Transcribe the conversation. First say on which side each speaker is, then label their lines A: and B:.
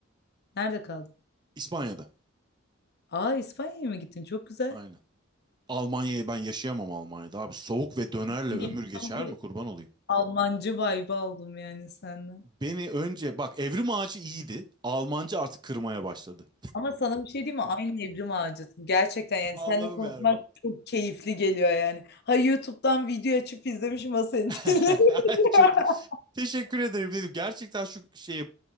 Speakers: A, on the left; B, on the right.
A: Nerede kaldın?
B: İspanya'da.
A: Aa İspanya'ya mı gittin? Çok güzel.
B: Aynen. Almanya'yı ben yaşayamam Almanya'da abi. Soğuk ve dönerle
A: Bilmiyorum.
B: ömür geçer mi kurban olayım?
A: Almancı vibe aldım yani senden.
B: Beni önce bak Evrim Ağacı iyiydi. Almanca artık kırmaya başladı.
A: Ama sana bir şey diyeyim mi? Aynı Evrim Ağacısın. Gerçekten yani
B: Allah'ım
A: seninle konuşmak
B: yarabbim.
A: çok keyifli geliyor yani. Ha YouTube'dan video açıp izlemişim ha seni dinliyorum.
B: <laughs>
A: <laughs>
B: Çok teşekkür ederim dedim. Gerçekten şu şeyi